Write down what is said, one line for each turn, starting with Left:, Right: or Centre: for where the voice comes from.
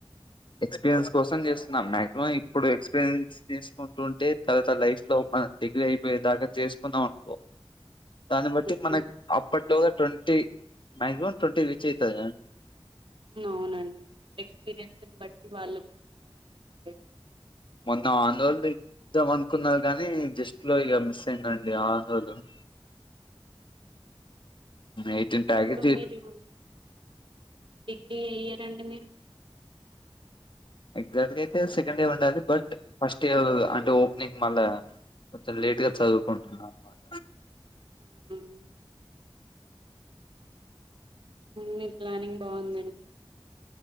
Left: ఎక్స్పీరియన్స్ కోసం చేస్తున్నాం మాక్సిమం ఇప్పుడు ఎక్స్పీరియన్స్ చేసుకుంటుంటే తర్వాత లైఫ్ లో మనం డిగ్రీ అయిపోయే దాకా చేసుకుందాం అనుకో దాన్ని బట్టి
Right: అవునండి
Left: మనకు అప్పట్లోగా ట్వంటీ మ్యాక్సిమమ్ ట్వంటీ రీచ్ అయితది కదండి
Right: అవునండి ఎక్స్పీరియన్స్ని బట్టి వాళ్ళు మనకి సాలరీ ఆఫర్ చేస్తారు ఇగ
Left: మొన్న <unintelligible> ఇద్దాం అనుకున్నారు కానీ జస్ట్ లో ఇక మిస్ అయిందండి ఆ <unintelligible> ఎయిటీన్ ప్యాకేజ్
Right: ఇప్పుడు మీరు డిగ్రీ ఏ ఇయర్ అండి మీరు
Left: ఎగ్జాక్ట్గా అయితే సెకండ్ ఇయర్ ఉండాలి బట్ ఫస్ట్ ఇయర్ అంటే ఓపెనింగ్ మళ్ళా కొంచెం లేట్గా చదువుకుంటున్నాన్నమాట
Right: అవునాండి మీ ప్లానింగ్ బాగుందండి